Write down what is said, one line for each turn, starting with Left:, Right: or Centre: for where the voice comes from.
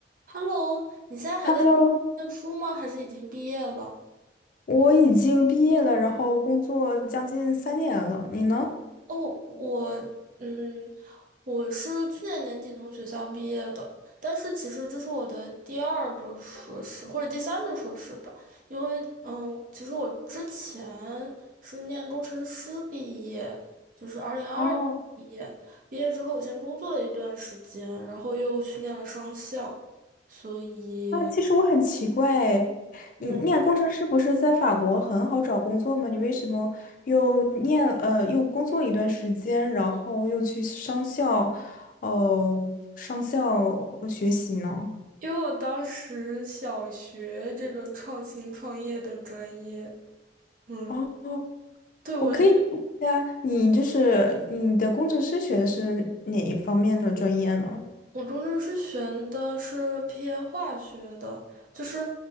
Right: Hello，你现在还在
Left: Hello，
Right: 念书吗？还是已经毕业了？
Left: 我已经毕业了，然后工作将近三年了。你呢？
Right: 哦，我，嗯，我是去年年底从学校毕业的，但是其实这是我的第二个硕士或者第三个硕士吧，因为，嗯，其实我之前是念工程师毕业，就是二零二二毕业，
Left: 哦，
Right: 毕业之后我先工作了一段时间，然后又去念了商校，所以。
Left: 那其实我很奇怪，你念工程师不是在法国很好找工作吗？
Right: 嗯。
Left: 你为什么又念呃又工作一段时间，然后又去商校，呃商校学习呢？
Right: 因为我当时小学这个创新创业的专业，嗯，
Left: 哦，
Right: 对，我是
Left: 我可以问一下，你就是你的工程师学的是哪一方面的专业呢？
Right: 我中间是选的是偏化学的，就是